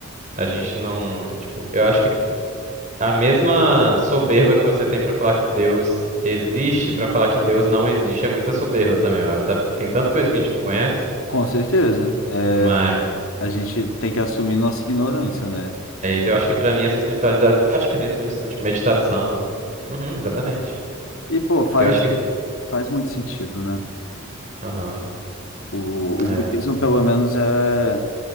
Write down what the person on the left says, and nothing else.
Com certeza. É,
a gente tem que assumir nossa ignorância, né?
E, pô, faz,
faz muito sentido, né?
O,
o budismo, pelo menos, é,